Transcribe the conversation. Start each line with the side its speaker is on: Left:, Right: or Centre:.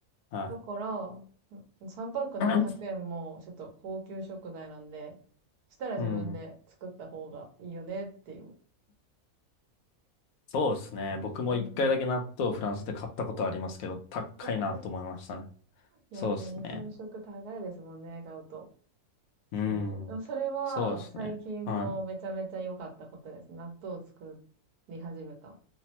Left: は
Right: だから、3パック700円もちょっと高級食材なんで、
Left: い。<clears throat>
Right: そしたら自分で作った方がいいよねっていう。
Left: うん。そうですね。僕も一回だけ納豆をフランスで買ったことありますけど、
Right: うんうん。
Left: 高いなと思いましたね。
Right: <laughs> いやーね、
Left: そうですね。
Right: 日本食高いですもんね、買うと。そう。
Left: うん。
Right: でもそれは最近のめちゃめちゃ良かったことです。
Left: そうですね。は
Right: 納豆を作り始めたっ